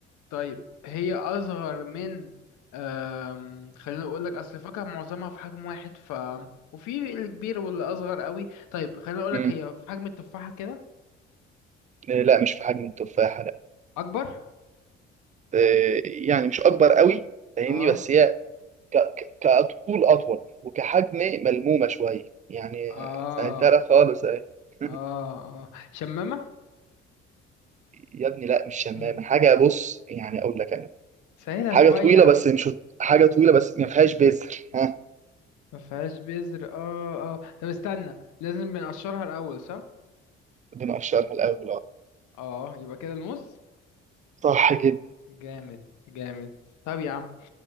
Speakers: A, on the left; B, on the right.
A: طيب هي أصغر من أم... خلينا أقول لك أصل الفاكهة معظمها في حجم واحد ف وفي الكبير واللي أصغر قوي طيب خلينا أقول
B: مم.
A: لك هي في حجم التفاحة كده
B: إيه، لا مش في حجم التفاحة
A: أكبر
B: آه، يعني مش اكبر قوي فاهمني
A: اه
B: بس هي ك- ك- كطول اطول وكحجم ملمومه شويه يعني
A: اه
B: آه، سهلتها لك خالص اهي <laughs>
A: اه اه شمامة
B: يا ابني لا مش شمامه
A: مم.
B: حاجه بص يعني اقول لك انا
A: سهلها
B: حاجه
A: شوية
B: طويله
A: يا عم
B: بس مش حاجه طويله بس ما فيهاش بذر ها
A: ما فيهاش بذر اه اه طب استنى لازم بنقشرها الأول صح
B: بنقشرها الاول اه
A: اه يبقى كده الموز
B: صح جدا
A: جامد جامد طب يا عم